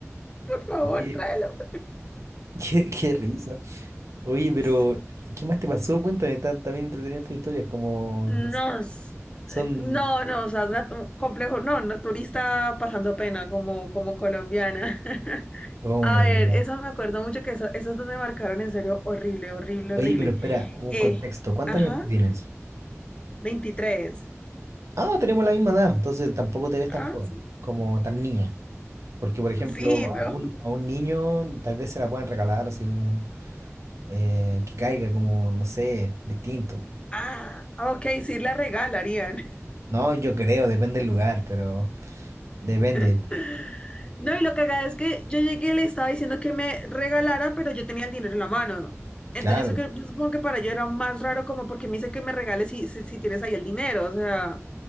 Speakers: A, on the left (about 20°); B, on the right (about 70°).
A: Por favor,
B: Oye,
A: tráelo.
B: <laughs> qué, qué risa. Oye, pero,
A: Sí.
B: ¿qué qué más te pasó? Cuéntame, está, está bien entretenida tus historias, como,
A: No,
B: no sé,
A: s-
B: son...
A: eh, no, no, o sea, natu- complejo, no, naturista pasando pena como, como colombiana. <laughs>
B: Oh
A: A
B: my
A: ver,
B: God.
A: eso me acuerdo mucho que eso, esos dos me marcaron en serio horrible, horrible,
B: Oye,
A: horrible.
B: pero espera, un
A: Eh,
B: contexto. ¿Cuántos
A: ajá,
B: años tú tienes?
A: veintitrés
B: Ah, tenemos la misma edad, entonces tampoco te ves tan
A: Ah,
B: joven,
A: sí,
B: como tan niña. Porque, por ejemplo,
A: sí, no.
B: a un, a un niño tal vez se la puedan regalar así como eh, que caiga como, no sé, distinto.
A: Ah, ok, sí la regalarían.
B: No, yo creo, depende del lugar, pero depende.
A: <laughs> No, y lo cagada es que yo llegué y le estaba diciendo que me regalara, pero yo tenía el dinero en la mano. Entonces
B: Claro.
A: yo, sé que- yo supongo que para yo era más raro como porque me dice que me regales si, si, si tienes ahí el dinero. O sea,